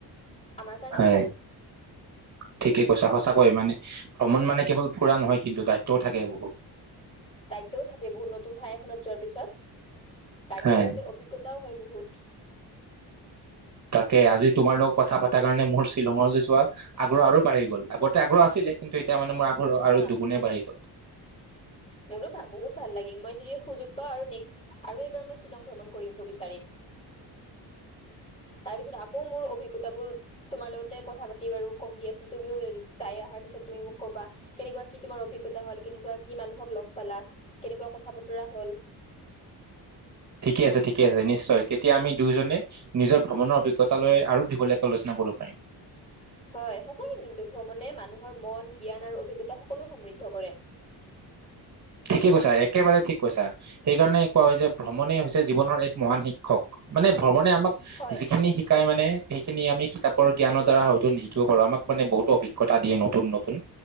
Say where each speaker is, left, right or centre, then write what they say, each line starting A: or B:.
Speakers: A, on the left; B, on the right.
A: আমাৰ কাৰণে
B: হয়
A: ভাল
B: ঠিকেই কৈছা সঁচাক কয় মানে ভ্ৰমণ মানে কেৱল ফুৰা নহয় কিন্তু দায়িত্বও থাকে বহুত
A: দায়িত্বও থাকে বহুত নতুন ঠাই এখনত যোৱাৰ পিছত তাইিত্বৰ
B: হয়।
A: লগতে অভিজ্ঞতাও হয় বহুত
B: তাকে আজি তোমাৰ লগত কথা পতাৰ কাৰণে মোৰ শ্বিলঙলৈ যোৱা আগ্ৰহ আৰু বাঢ়ি গ'ল আগতে আগ্ৰহ আছিলে কিন্তু এতিয়া মানে মোৰ ঘ আৰু
A: হা
B: দুগুণে বাঢ়ি গ'ল
A: মোৰো বহুত ভাল লাগিল মই যদি সুযোগ পাও আৰু নক্ আৰু এবাৰ মই শ্বিলং ভ্ৰমণ কৰিব বিচাৰিম তাৰ পিছত আকৌ মোৰ অভিজ্ঞতাবোৰ তোমাৰ লগতে কথা পাতি বাৰু কম দিয়াচোন তুমিও যাই আহাৰ পিছত তুমি মোক ক'বা কেনেকা কি তুমাৰ অভিজ্ঞতা হল কেনেকুৱা কি মানুহক লগ পালা কেনেকুৱা কথা বতৰা হল
B: ঠিকে আছে ঠিকে আছে নিশ্চয় তেতিয়া আমি দুয়োজনে নিজৰ ভ্ৰমণৰ অভিজ্ঞতালৈ আৰু দীঘলীয়াকৈ আলোচনা কৰিব পাৰিম
A: হয় সচাকে কিন্তু ভ্ৰমণে মানুহৰ মন জ্ঞান আৰু অভিজ্ঞতা সকলো সমৃদ্ধ কৰে
B: ঠিকে কৈছা একেবাৰে ঠিক কৈছা সেইকাৰণে কোৱা হৈছে ভ্ৰমণেই হৈছে জীৱনৰ এক মহান শিক্ষক মানে ভ্ৰমণে আমাক
A: হয়
B: যিখিনি শিকাই মানে সেইখিনি আমি কিতাপৰ জ্ঞানৰ দ্বাৰা হয়তো নিশিকিব পাৰো আমাক মানে বহুত অভিজ্ঞা দিয়ে নতুন নতুন